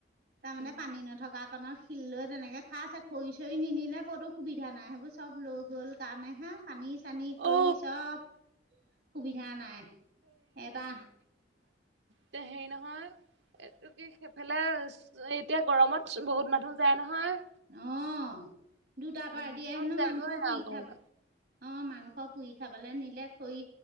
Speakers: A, on the right (about 60°); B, on the right (about 80°).
A: তাৰমানে
B: উম
A: পানী নথকা কাৰণত শিল লৈ তেনেকে খাই আছে খৰি চৰি নিনিলে। ক'তো সুবিধা নাই সেইবোৰ চব লৈ গ'ল কাৰণে হে পানি চানী
B: অ
A: খৰি চব সুবিধা নাই এটা
B: তে সেই নহয় এইটো কি এইফালে এতিয়া গৰমত বহুত মানুহ যায় নহয়।
A: অ', দুটাৰ পৰা
B: উম
A: এতিয়া
B: চব
A: হেনো
B: যাবই
A: মাংস পুৰি
B: আৰু গৰমত
A: খাব। অ', মাংস পুৰি খাবলে নিলে খৰি